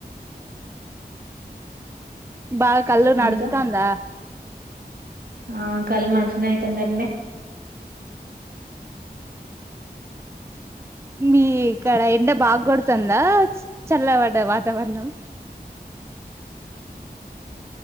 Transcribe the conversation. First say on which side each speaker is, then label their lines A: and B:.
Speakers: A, on the right; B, on the right.
A: అ బా కలా నడతాందా
B: ఇంకా ఆ కల్ మచనే అయితందటనే
A: మీ కడ ఎండ బాగ కొడుతుందా చల్లబడ్డ వాతావరణం